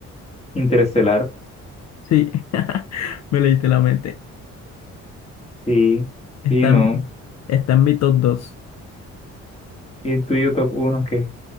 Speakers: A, on the left (about 20°); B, on the left (about 60°).
A: Interestelar,
B: sí, <laughs> me leíste la mente.
A: sí,
B: Está
A: sí, no.
B: en, está en mi top 2.
A: ¿Y tuyo top uno, qué?